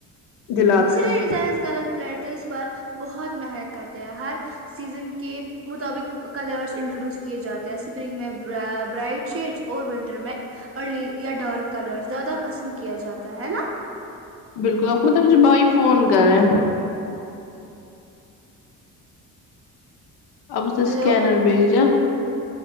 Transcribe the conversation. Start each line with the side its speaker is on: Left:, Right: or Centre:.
Left: دلاتا
Right: اسی لیے
Left: ہے
Right: ڈیزائن کلر پلیٹس پر بہت محنت کرتے ہیں ہر سیزن کے مطابق کلر انٹروڈیوس کیے جاتے ہیں اسپرنگ میں برا برائٹ شیڈس اور ونٹر میں اورلی یا ڈارک کلر زیادہ پسند کیا جاتا ہے ہےنا
Left: بالکل آپ کو پتہ ہے مجھے بھائی فون کرے اب اسے اسکینر
Right: ہیلو
Left: بھیجا